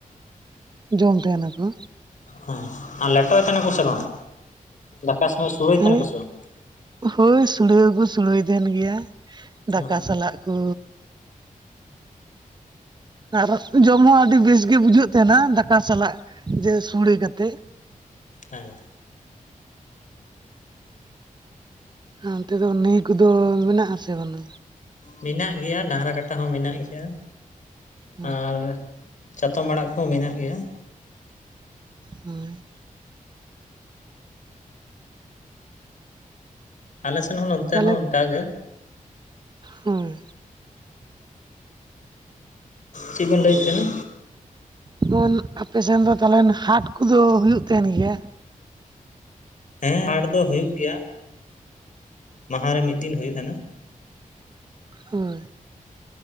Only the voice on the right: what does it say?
ᱡᱚᱢ ᱛᱟᱸᱦᱮᱱᱟᱠᱚ᱾
ᱦᱮᱸ
ᱦᱳᱭ ᱥᱩᱲᱮ ᱦᱚᱸᱠᱚ ᱥᱩᱲᱮ ᱛᱟᱦᱮᱱ ᱜᱮᱭᱟ
ᱫᱟᱠᱟ ᱥᱟᱞᱟᱜ ᱠᱩ᱾ ᱟᱨ ᱡᱚᱢ ᱦᱚᱸ ᱟᱹᱰᱤ ᱵᱮᱥ ᱜᱮ ᱵᱩᱡᱷᱟᱹᱜ ᱛᱟᱦᱮᱱᱟ ᱫᱟᱠᱟ ᱥᱟᱞᱟᱜ ᱡᱮ ᱥᱚᱲᱮ ᱠᱟᱛᱮᱫ᱾
ᱚᱱᱛᱮ ᱫᱚ ᱱᱟᱹᱭ ᱠᱚᱫᱚ ᱢᱮᱱᱟᱜᱼᱟ ᱥᱮ ᱵᱟᱱᱩᱜᱼᱟ?
ᱦᱳᱭ
ᱦᱳᱭ
ᱛᱟᱦᱚᱞᱮ
ᱦᱳᱭ
<unintelligible> ᱟᱯᱮ ᱥᱮᱱ ᱫᱚ ᱛᱟᱞᱮᱱ ᱦᱟᱴ ᱠᱩᱫᱚ ᱦᱩᱭᱩᱜ ᱛᱟᱸᱦᱮᱱ ᱜᱮᱭᱟ?
ᱦᱳᱭ